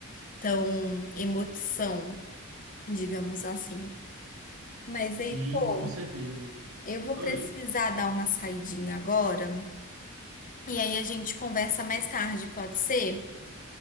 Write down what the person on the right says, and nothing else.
Sim,
com certeza.
Oi,